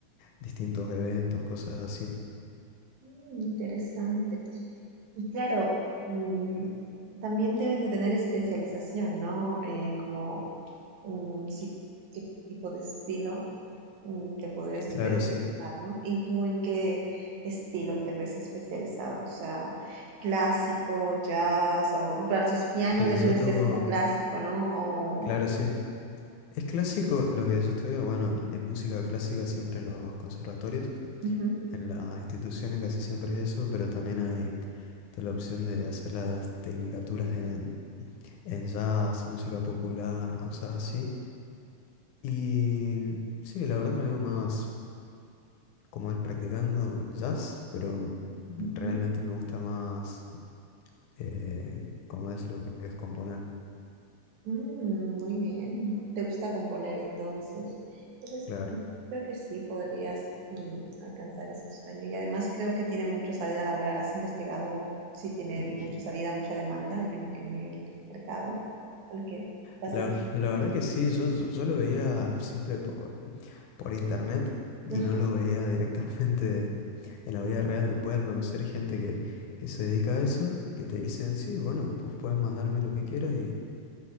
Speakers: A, on the left (about 80°); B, on the right (about 70°).
A: distintos eventos, cosas así.
B: Mm, Interesante. Y claro, mm, también deben de tener especialización, ¿no? Eh, como mm, sí, qué tipo de estilo mm, te podrías
A: Claro,
B: especializar,
A: sí.
B: ¿no? ¿Y tú en qué estilo te ves especializado? O sea, clásico, jazz, o claro, si es piano
A: <laughs>
B: debe
A: Yo
B: de
A: toco,
B: ser como clásico, ¿no? O,
A: claro, sí. Es clásico, lo que yo estudié, bueno, es música clásica siempre en los conservatorios,
B: ujú,
A: en las instituciones casi siempre es eso, pero también hay está la opción de hacer las tecnicaturas en en jazz, música popular y cosas así. Y sí, la verdad me veo más como es practicando jazz, pero
B: ujú,
A: realmente me gusta más eh, como es lo que es componer.
B: Mm, muy bien. ¿Te gusta componer entonces? Entonces,
A: Claro.
B: yo creo que sí podrías mm, alcanzar ese sueño. Y además creo que tiene mucha salida laboral. ¿Has investigado si tiene
A: <clears throat>
B: mucha salida, mucha demanda en el, en el mercado al que vas
A: La,
B: dirigido?
A: la verdad que sí, yo, yo, yo lo veía siempre por, por internet y
B: Ajá.
A: no lo veía <laughs> directamente en la vida real. Después al conocer gente que, que se dedica a eso y que te dicen, sí, bueno, pues puedes mandarme lo que quieras y